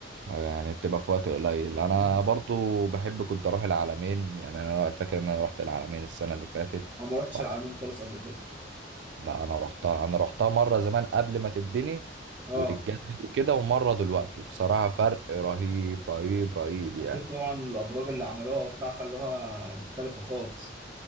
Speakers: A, on the right; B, on the right.
A: يعني بتبقى في وقت قليل انا
B: مم.
A: برضو بحب كنت اروح العالمين يعني انا فاكر ان انا رحت العالمين السنة اللي فاتت
B: أنا ما رحتش
A: وعايز
B: العلمين خالص قبل كده
A: لا انا رحتها انا رحتها مره زمان قبل ما تتبني
B: اه
A: وتتجدد وكده ومره دلوقتي بصراحه فرق رهيب رهيب رهيب
B: أكيد
A: يعني
B: طبعا الأبراج اللي عملوها وبتاع خلوها مختلفة خالص